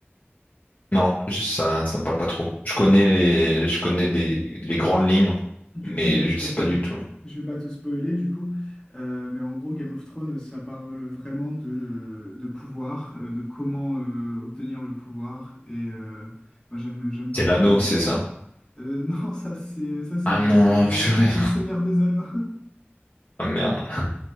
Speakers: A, on the left; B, on the left.
A: Non, je- ça ça me parle pas trop. Je
B: Bon,
A: connais
B: du,
A: les je connais des les grandes lignes,
B: du
A: mais
B: coup, je vais pas
A: je sais
B: te,
A: pas du tout.
B: je vais pas te spoiler, du coup. Euh, mais en gros, Game of Thrones, ça parle vraiment de, de pouvoir, euh, de comment euh, obtenir le pouvoir. Et euh, moi, j'aime, j'aime beaucoup.
A: C'est l'anneau,
B: euh,
A: c'est ça?
B: euh, <laughs> non, ça, c'est, ça, c'est
A: Ah
B: le,
A: non, purée.
B: <laughs> le Seigneur des Anneaux.
A: Ah merde.